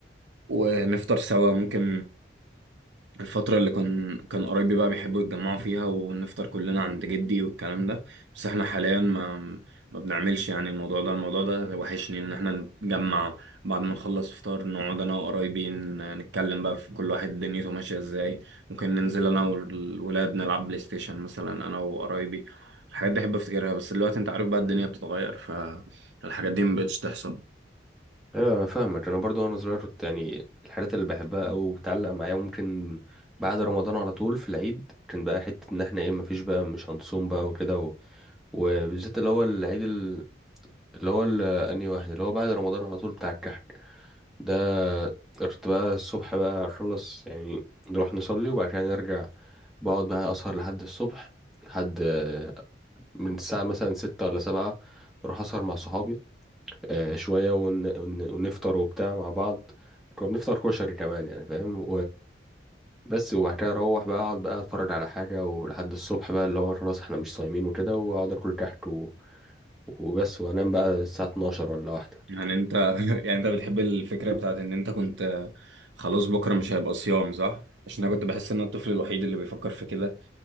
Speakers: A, on the right; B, in the centre.
A: ونفطر سوا ممكن الفترة اللي كان كان قرايبي بقى بيحبوا يتجمعوا فيها ونفطر كلنا عند جدي والكلام ده بس احنا حاليا ما ما بنعملش يعني الموضوع ده الموضوع ده وحشني ان احنا نتجمع بعد ما نخلص فطار نقعد انا وقرايبي ن- نتكلم بقى في كل واحد دنيته ماشية ازاي ممكن ننزل انا والولاد نلعب بلاي ستيشن مثلا انا وقرايبي الحاجات دي احب افتكرها بس دلوقتي انت عارف بقى الدنيا بتتغير فالحاجات دي مبقتش تحصل
B: ايوه انا فاهمك انا برضو وانا صغير كنت يعني الحاجات اللي بحبها او بتعلق معايا وممكن بعد رمضان على طول في العيد كان بقى حتة ان احنا ايه مفيش بقى مش هنصوم بقى وكده وبالذات اللي هو العيد ال- اللي هو ال- انهي واحد اللي هو بعد رمضان على طول بتاع الكحك ده كنت بقى الصبح بقى اخلص يعني نروح نصلي وبعد كده نرجع بقعد بقى اسهر لحد الصبح لحد آه، من الساعة مثلا ستة ولا سبعة بروح اسهر مع صحابي آه، شوية ون... ون... ونفطر وبتاع مع بعض كنا بنفطر كشري كمان يعني فاهم وبس وبعد كده اروح بقى اقعد بقى اتفرج على حاجة ولحد الصبح بقى اللي هو خلاص احنا مش صايمين وكده واقعد اكل كحك وبس وانام بقى الساعه 12 ولا واحده
A: يعني انت <laughs> يعني انت بتحب الفكرة بتاعت ان انت كنت خلاص بكرة مش هيبقى صيام صح؟ عشان انا كنت بحس ان انا الطفل الوحيد اللي بيفكر في كده